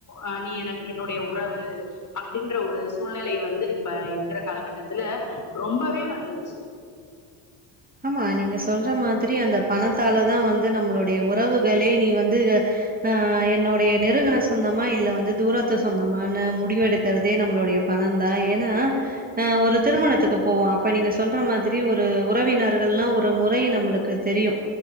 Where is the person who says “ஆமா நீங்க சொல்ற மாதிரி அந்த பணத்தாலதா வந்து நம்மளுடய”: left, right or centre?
Right